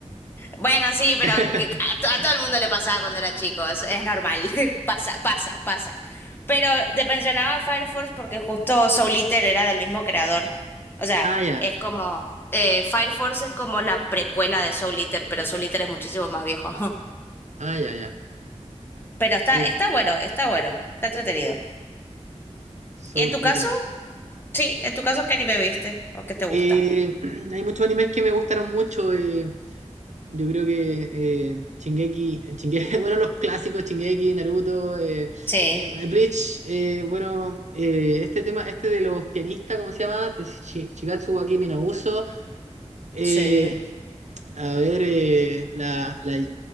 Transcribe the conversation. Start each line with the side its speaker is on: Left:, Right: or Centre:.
Left: Bueno, sí, pero
Right: <laughs>
Left: que a, to- a todo el mundo le pasaba cuando era chico, eso es normal, <laughs> pasa, pasa, pasa. Pero te mencionaba Fire Force porque justo Soul Eater era del mismo creador. O sea,
Right: Ah, ya,
Left: es como, eh, Fire Force es como la precuela de Soul Eater, pero Soul Eater es muchísimo más viejo. <laughs>
Right: ah, ya, ya.
Left: Pero está,
Right: Eh,
Left: está bueno, está bueno, está entretenido.
Right: Soul
Left: ¿Y en tu caso?
Right: Eater.
Left: Sí, en tu caso, ¿qué anime viste o qué te gusta?
Right: Eh, <clears throat> hay muchos animes que me gustaron mucho. eh, Yo creo que eh, Shingeki, Shinge- <laughs> bueno, los clásicos, Shingeki, Naruto, eh,
Left: Sí,
Right: eh, Bleach, eh, bueno, eh, este tema, este de los pianistas, ¿cómo se llama? Es Shi- Shigatsu wa Kimi no Uso, eh,
Left: sí,
Right: a ver, eh, la, la,